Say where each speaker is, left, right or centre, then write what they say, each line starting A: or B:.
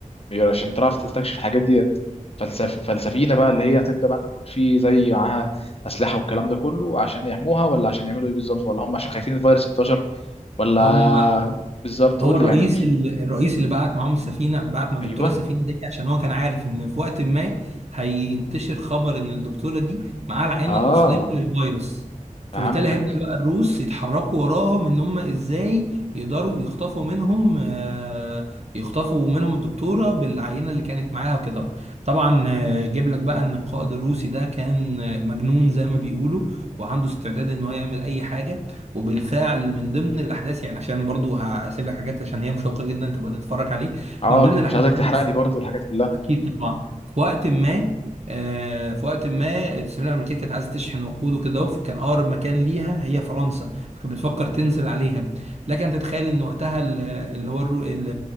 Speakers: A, on the left; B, on the right.
A: بيقول عشان تعرف تستكشف الحاجات ديت فلسف... فلسفينا بقى اللي هي هتبدا بقى انت بتقول فيه زي معاها اسلحه والكلام ده كله عشان يحموها ولا عشان يعملوا ايه بالظبط ولا هم عشان خايفين الفيروس ينتشر ولا
B: هم
A: بالظبط
B: هو
A: قول
B: الرئيس
A: لي يعني انا مش
B: ال- الرئيس اللي بعت معاهم السفينه بعت مع الدكتوره
A: ايوه
B: السفينه دي عشان هو كان عارف ان في وقت ما هينتشر خبر ان الدكتوره دي معاها العينه
A: اه
B: الاصليه للفيروس
A: فهمتك
B: فبالتالي هيبدا بقى الروس يتحركوا وراهم ان هم ازاي يقدروا يخطفوا منهم آه، يخطفوا منهم الدكتوره بالعينه اللي كانت معاها وكده طبعا آه، جيب لك بقى ان القائد الروسي ده كان آه، مجنون زي ما بيقولوا وعنده استعداد ان هو يعمل اي حاجه وبالفعل من ضمن الاحداث يعني عشان برضو هسيب لك حاجات عشان هي مشوقه جدا تبقى تتفرج عليه
A: اه
B: من ضمن
A: كنت
B: الاحداث
A: مش عايزك تحرق
B: اللي في-
A: لي برضو الحاجات كلها
B: اكيد طبعا في وقت ما آه، في وقت ما السفينه الامريكيه كانت عايزه تشحن وقود وكده أهو، فكان اقرب مكان ليها هي فرنسا فكانت بتفكر تنزل عليها لكن تتخيل ان وقتها ال- اللي هو الرو... ال-